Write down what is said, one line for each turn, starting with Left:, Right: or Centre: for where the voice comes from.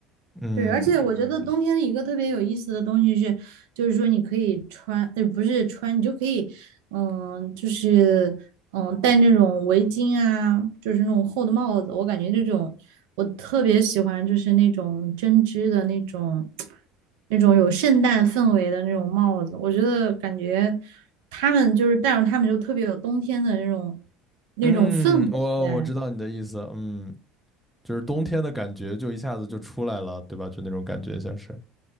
Centre: 嗯
Right: 对，而且我觉得嗯冬天一个特别有意思的东西是，就是说你可以穿，呃，不是穿，你就可以，嗯，就是嗯，戴那种围巾啊，就是那种厚的帽子。我感觉这种我特别喜欢，就是那种针织的那种，那种有圣诞氛围的那种帽子。我觉得感觉他们就是戴上他们就特别有冬天的那种那种氛围在。
Centre: 嗯，我我知道你的意思。嗯，就是冬天的感觉就一下子就出来了，对吧？就那种感觉像是，